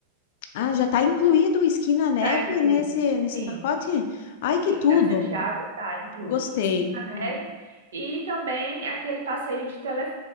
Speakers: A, on the left; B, on the right.
A: Ah, já está incluído o esqui na neve
B: Tá incluído.
A: nesse, nesse
B: Sim,
A: pacote? Ai, que
B: sim,
A: tudo!
B: para Santiago tá incluso
A: Gostei.
B: esqui na neve
A: Uhum.
B: e também aquele passeio de tele,